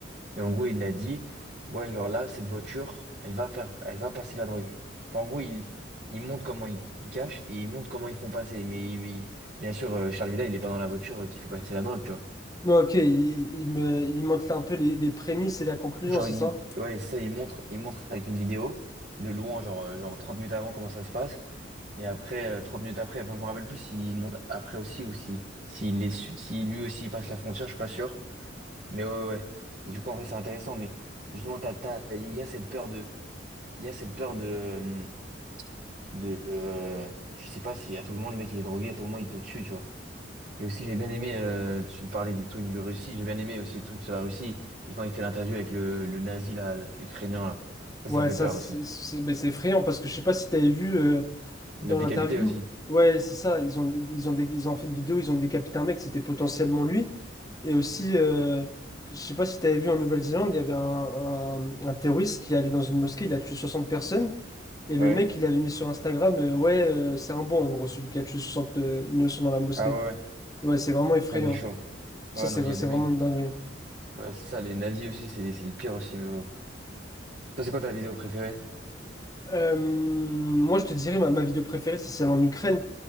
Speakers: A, on the right; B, on the left.
A: Et en gros, il a dit, ouais, alors là, cette voiture, elle va faire, elle va passer la drogue. Enfin, en gros, il, il montre comment ils cachent et il montre comment ils font passer. Mais il- il- bien sûr, euh, Charles Villa, il est pas dans la voiture euh, qui fait passer la drogue, tu vois.
B: Non, ok, il, il me, il montre un peu les, les prémices et la conclusion,
A: Genre,
B: c'est
A: il,
B: ça?
A: ouais, c'est ça, il montre, il montre avec une vidéo de loin, genre, euh, genre 30 minutes avant comment ça se passe. Et après, euh, 30 minutes après, enfin, je me rappelle plus s'il monte après aussi ou si, s'il est, su- si lui aussi il passe la frontière, je suis pas sûr. Mais ouais, ouais. ouais. Et du coup, en vrai, c'est intéressant. Mais justement, t'as, t'as- il y a cette peur de. il y a cette peur de, de, euh, tu sais pas si à tout le moment le mec il est drogué, à tout le moment il te tue, tu vois. Et aussi j'ai bien aimé, euh, tu parlais du truc du Russie, j'ai bien aimé aussi le truc sur la Russie et quand il fait l'interview avec le, le nazi là, ukrainien là, ça
B: Ouais,
A: ça fait
B: ça,
A: peur
B: c'est
A: aussi.
B: c'est- ben, c'est effrayant parce que je sais pas si t'avais vu euh, dans
A: Il l'a décapité
B: l'interview.
A: aussi.
B: Ouais, c'est ça. Ils ont, ils ont, dé- ils ont fait une vidéo, ils ont décapité un mec, c'était potentiellement lui. Et aussi, euh, je sais pas si t'avais vu en Nouvelle-Zélande, il y avait un, un, un terroriste qui allait dans une mosquée, il a tué 60 personnes. Et le
A: Ouais.
B: mec, il avait mis sur Instagram, euh, ouais, euh, c'est un bon, en gros, celui qui a tué 60 euh, innocents dans la mosquée.
A: Ah ouais ouais.
B: Ouais, c'est vraiment effrayant.
A: Ça c'est chaud. Ouais
B: Ça, c'est
A: non mais il y a
B: c'est
A: des
B: vraiment
A: mecs,
B: une dinguerie.
A: bah, c'est ça les nazis aussi c'est c'est le pire aussi mais bon. Ça c'est quoi ta vidéo préférée?
B: Euh, moi, je te dirais, ma, ma vidéo préférée, c'est celle en Ukraine.